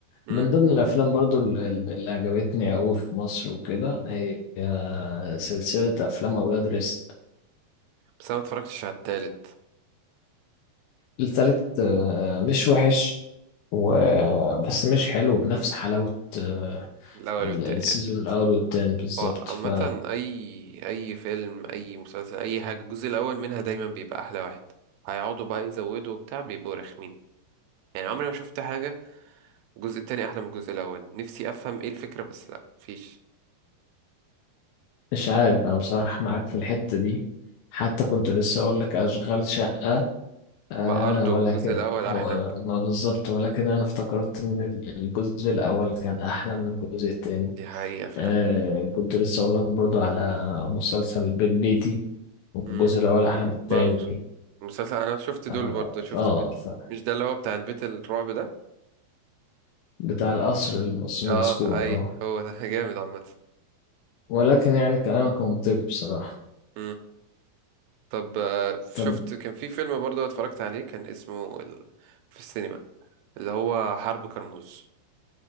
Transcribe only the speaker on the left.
من ضمن الأفلام برضو ال- ال- اللي عجبتني أوي في مصر وكده هي آه، سلسلة أفلام أولاد رزق
التالت آه، مش وحش و... بس مش حلو بنفس حلاوة آه،
ال-
السيزون
الأول والتاني بالظبط
ف
مش عارف أنا بصراحة معاك في الحتة دي حتى كنت لسه أقول لك أشغال شقة آه
ولكن
هو ما بالظبط ولكن أنا افتكرت إن ال- الجزء الأول كان أحلى من الجزء التاني
آه كنت لسه أقول لك برضو على مسلسل بيت بيتي والجزء
الأول أحلى من التاني
آه
فآه،
بتاع القصر المس- المسكون
اه
ولكن يعني كلامك منطقي بصراحة
طب